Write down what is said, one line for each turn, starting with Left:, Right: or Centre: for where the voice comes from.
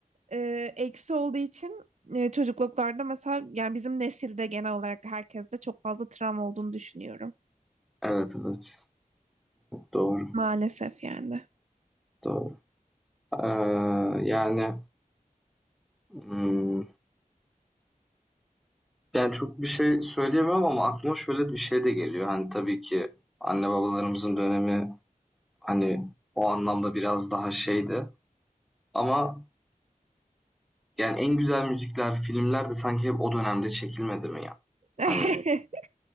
Right: e, eksi olduğu için e, çocukluklarda mesela yani bizim nesilde genel olarak herkeste çok fazla travma olduğunu düşünüyorum.
Centre: Evet evet. Doğru.
Right: Maalesef yani.
Centre: Doğru. Ee, yani Hımm. Yani, çok bir şey söyleyemem ama aklıma şöyle bir şey de geliyor. Hani, tabii ki anne babalarımızın dönemi, hani, o anlamda biraz daha şeydi ama, yani, en güzel müzikler, filmler de sanki hep o dönemde çekilmedi mi ya?
Right: <laughs>
Centre: Hani,